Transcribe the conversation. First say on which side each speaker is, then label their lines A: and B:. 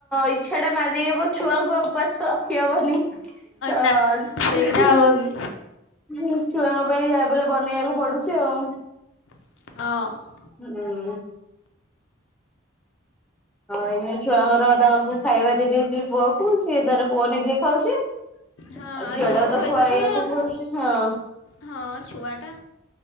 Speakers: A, in the centre; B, on the left (about 80°).
A: ଇଚ୍ଛାଟା ମାରିବୁ ଛୁଆଙ୍କୁ ଆଉ ଉପାସ ତ ରଖିହବନି। ତଅ
B: ନା ନା
A: <unintelligible>
B: ସେଇଟା ହବ କି?
A: ଛୁଆଙ୍କ ପାଇଁ ଯାହା ବି ହେଲେ ବନେଇବାକୁ ପଡୁଛି ଆଉ।
B: ହଁ।
A: ହୁଁ। ହଁ ଏଇନେ ଛୁଆଙ୍କର ତାଙ୍କୁ ଖାଇବା ଦେଇଦେଇଛିି ପୁଅ କୁ ସିଏ ତାର ପୁଅ ନିଜେ ଖାଉଛି ଝିଅ
B: ହଁ ଆଉ ଝିଅକୁ
A: ଟା କୁ ତ
B: ଖୋଇଦଉଛୁ
A: ଖୁଆଇବାକୁ
B: ଆଉ।
A: ପଡ଼ୁଚି। ହଁ
B: ହଁ ଛୁଆ ଟା